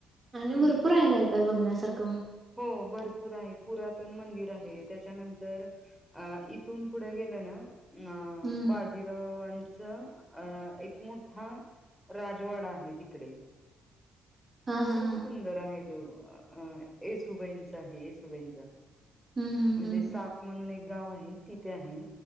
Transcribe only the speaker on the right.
आणि भरपूर आहे <unintelligible> त बघण्या सारखं
हम्म.
हा हा
हा.
हम्म हम्म
हम्म